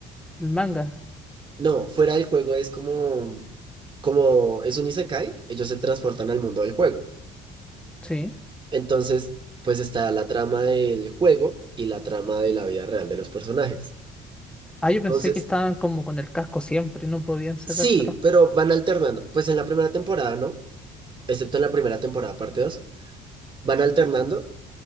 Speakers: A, in the centre; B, on the right.
A: el manga,
B: No, fuera del juego es como, como es un isekai, ellos se transportan al mundo del juego.
A: sí.
B: Entonces, pues está la trama del juego y la trama de la vida real de los personajes.
A: Ah, yo pensé
B: Entonces,
A: que estaban como con el casco siempre y no podían sacárselo.
B: Sí, pero van alternando. Pues en la primera temporada, ¿no? Excepto en la primera temporada, parte 2, van alternando.